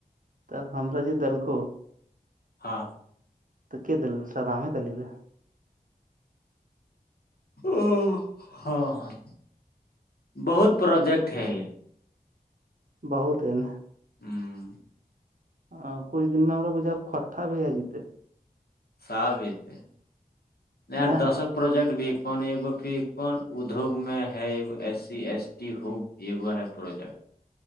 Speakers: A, on the right; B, on the left.
A: تب ہمرا ج دلک
B: ہاں
A: تو کیا دل سدام ہےت علیل
B: او ہاں ہاں بہت پروجیکٹ ہے
A: بہت این
B: ہوں
A: ہ کچئی دن میں ہمر پ جا کٹا بھی ہے جیتے ہے
B: سب اتے نہیں
A: ن
B: دسوں پروجیکٹ بھی کونو پ کون ادوگ میں ہے ای سی ایس ٹی ہو یہگو ہے پروجیکٹ